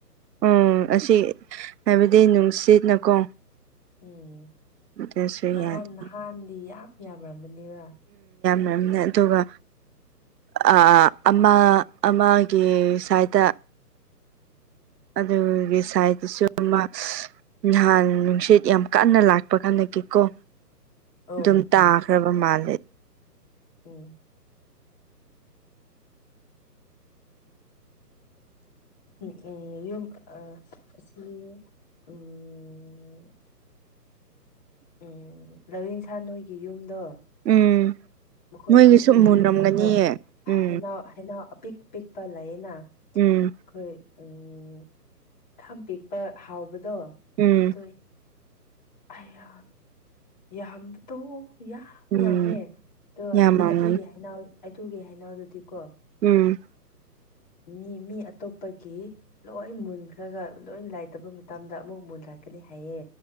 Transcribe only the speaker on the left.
ꯎꯝ
ꯅꯍꯥꯟ
ꯅꯍꯥꯟꯗꯤ ꯌꯥꯝ ꯌꯥꯝꯔꯝꯕꯅꯦꯕ
ꯑꯣ
ꯎꯝ ꯎꯝ ꯌꯨꯝ ꯑ ꯑꯁꯤ
ꯎꯝ ꯎꯝ ꯂꯧꯔꯤꯟꯁꯥꯟ ꯅꯣꯏꯒꯤ ꯌꯨꯝꯗꯣ
ꯃꯈꯣꯏ
ꯃꯈꯣꯏꯒꯤ
ꯌꯨꯝꯗꯀꯣ
ꯍꯩꯅꯣ ꯍꯩꯅꯧ ꯑꯄꯤꯛ ꯑꯄꯤꯛꯄ ꯂꯩꯌꯦꯅ
ꯑꯩꯈꯣꯏ ꯎꯝ ꯌꯥꯝ ꯄꯤꯛꯄ ꯍꯥꯎꯕꯗꯣ
ꯑꯗꯨꯏ ꯑꯌꯥ ꯌꯥꯝꯕꯗꯣ ꯌꯥꯝ
ꯌꯥꯝꯃꯦ ꯑꯗꯣ
ꯑꯗꯨꯒꯤ ꯍꯅꯥꯎ ꯑꯗꯨꯒꯤ ꯍꯩꯅꯧꯗꯨꯗꯤꯀꯣ
ꯃꯤ ꯃꯤ ꯑꯇꯣꯞꯄꯒꯤ ꯂꯣꯏ ꯃꯨꯟꯈ꯭ꯔꯒ ꯂꯣꯏ ꯂꯥꯏꯇꯕ ꯃꯇꯝꯗ ꯑꯃꯨꯛ ꯃꯨꯟꯂꯛꯀꯅꯤ ꯍꯥꯏꯌꯦ